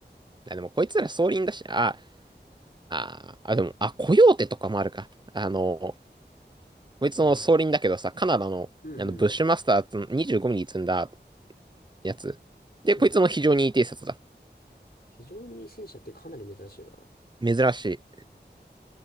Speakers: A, on the right; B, on the left.
A: あ、でもこいつら装輪だし、ああーあ、でも、あ、コヨーテとかもあるか。あの、こいつの総輪だけどさ、
B: うん。
A: カナダの、
B: うん、
A: あのブッシュマスターズの25ミリ積んだ
B: うん。
A: やつ。で、
B: うん。
A: こいつも非常にいい偵察だ。
B: 非常にいい戦車ってかなり珍しいよな。
A: 珍しい。